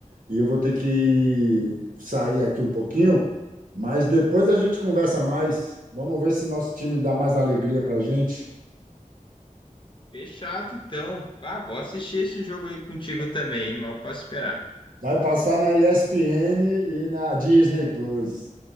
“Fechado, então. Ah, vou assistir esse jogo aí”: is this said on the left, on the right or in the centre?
Left